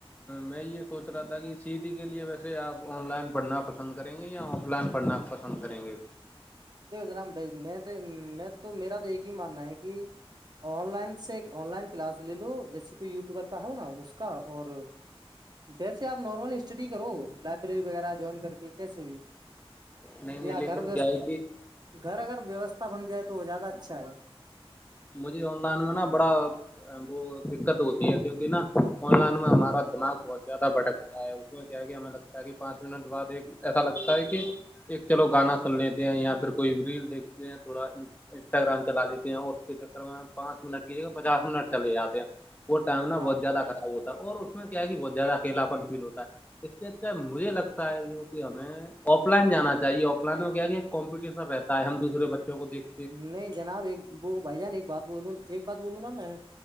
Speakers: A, on the left; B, on the right.
A: میں یہ سوچ رہا تھا کہ سیٹی کے لیے ویسے آپ آن لائن پڑھنا پسند کریں گے یا آف لائن پڑھنا پسند کریں گے
B: دیکھو جناب میں میں تو میرا تو ایک ہی ماننا ہے کہ آن لائن سے آن لائن کلاس لے لو جیسے کوئی یوٹیوبر کا ہو نا اس کا اور ویسے آپ نارمل اسٹڈی کرو لائبریری وغیرہ جوائن کر کے کیس بھی
A: نہیں نہیں
B: یا
A: لیکن
B: گھر ویوستھ
A: گائے
B: گھر اگر ویوستھا بن جائے تو وہ زیادہ اچھا ہے
A: مجھے آن لائن میں نا بڑا وہ دقت ہوتی کیک نا آن لائن میں ہمارا دماغ بہت زیادہ بھکتا ہے کیا کہ ہمیں لگتا ہے کہ پانچ منٹ بعد ایک ایسا لگتا ہے کہ ایک چلو گانا سن لیتے ہیں یا پھر کوئی ریل دیکھتے ہیں تھوڑا انسٹاگرام چلا لیتے ہیں اور اس کے چکر میں پانچ منٹ کی پچاس منٹ چل جاتے ہیں وہ ائما
B: ہاں
A: بہت زیاد خراب ہوا ہے اور اس میں کیا ہے کہ بہت زیادہ اکیلاپن فیل ہوتا ہے اس کے اچھا مجھے لگتا ہے جو کہ ہمیں آف لائن جانا چاہے آف لائن میں کیا ایک کمپٹیشن رہتا ہے ہم دوسرے بچوں کو دیکھ
B: نہیں جناب ایک وہ بھائی جان ایک بات بول ایک بات بولوں نا میں